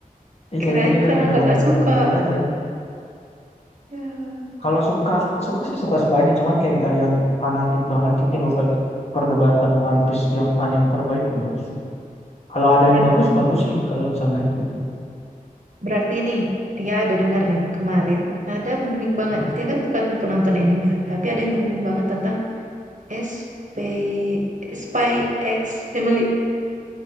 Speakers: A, on the left; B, on the right.
A: iya
B: Kirain
A: jadi udah-
B: karena
A: memang
B: kakak
A: udah
B: suka.
A: terlanjur aja
B: Ya.
A: kalau suka suka sih suka suka aja cuman kayak nggak yang fanatik banget gitu loh kayak perdebatan One Piece yang anime terbaik enggak sih kalau ada
B: Ber-
A: yang bagus bagus sih kalau misalnya gitu
B: berarti ini dia ada dengar nih kemarin ada booming banget.
A: Mhm.
B: Dia kan bukan penonton anime ya, tapi ada yang booming banget tentang SP Spy X Family.